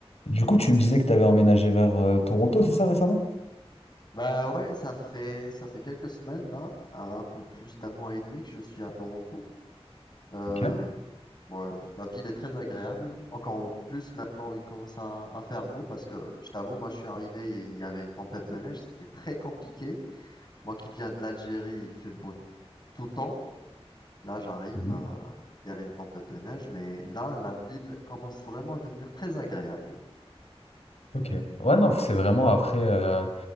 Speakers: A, on the left; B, on the left.
A: Du coup, tu me disais que tu avais emménagé vers euh, Toronto, c'est ça récemment?
B: Bah ouais, ça fait ça fait quelques semaines là, un peu plus d'un mois et demi que je suis à Toronto. Euh,
A: Ok.
B: ouais, la ville est très agréable. Encore plus maintenant, il commence à, à faire beau parce que je t'avoue, moi je suis arrivé et il y avait une tempête de neige, c'était très compliqué. Moi qui viens de l'Algérie, il fait beau tout le temps. Là, j'arrive,
A: Mhm.
B: euh, il y avait une tempête de neige, mais là, la ville commence vraiment à devenir très agréable.
A: Ok. Ouais, non, c'est vraiment après, euh,